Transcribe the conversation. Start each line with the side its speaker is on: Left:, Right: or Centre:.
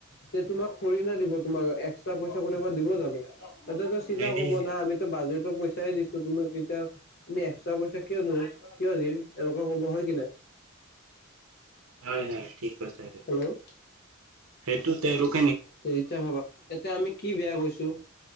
Left: তে তোমাক থৰি না দিব তোমাক এক্সট্ৰা পইচা কোনোবা দিব জানো? সিহঁতেতো চিধা
Right: নিদিয়ে
Left: কব না আমিতো বাজেটৰ পইচাই দিছো তুমি এতিয়াই আমি, এক্সট্ৰা পইচা কিয় দিম, কিয় দিম, এনেকুৱা ক'ব, হয় কিনে।
Right: হয়, হয়! ঠিক কৈছে, সেইটো।
Left: হেল্ল'
Right: সেইটো, তেওঁলোক
Left: সেইটো ভাবা? এতিয়া, আমি কি বেয়া কৰিছোঁ।